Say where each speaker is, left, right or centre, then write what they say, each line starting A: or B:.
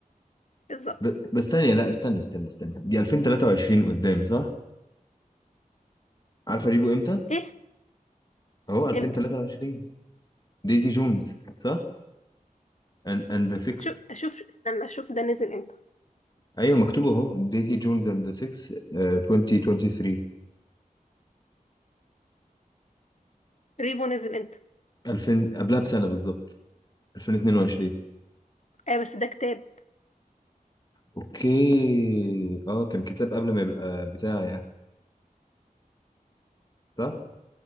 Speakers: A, on the left; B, on the left.
A: بالظبط
B: ب... بس ثانية لا استنى استنى استنى دي 2023 قدامي صح عارفة ريفو امتى
A: ايه
B: اهو 2023
A: امتى
B: ديزي جونز صح and and the six
A: شوف اشوف استنى اشوف ده نزل امتى
B: ايوه مكتوب اهو ديزي جونز and the six آه، 2023
A: ريفو نزل امتى
B: 2000 قبلها بسنة بالظبط 2022
A: ايوه بس ده كتاب
B: اوكي اه كان كتاب قبل ما يبقى بتاع يعني صح